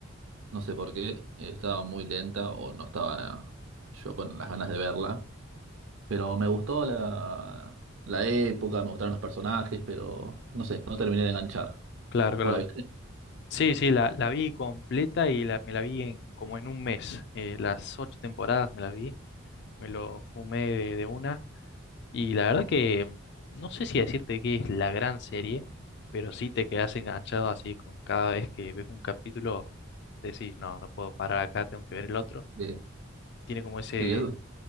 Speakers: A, on the right; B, on the left.
A: No sé por qué, eh, estaba muy lenta o no estaba yo con las ganas de verla. Pero me gustó la, la época, me gustaron los personajes, pero no sé, no terminé de enganchar.
B: claro, claro.
A: ¿Vos la viste?
B: Sí, sí, la, la vi completa y la, me la vi en, como en un mes, eh, las ocho temporadas me las vi, me lo fumé de, de una y la verdad que mm, no sé si decirte que es la gran serie, pero sí te quedas enganchado así con cada vez que ves un capítulo, decís, no, no puedo parar acá, tengo que ver el otro.
A: Eh,
B: Tiene como ese...
A: sí, es,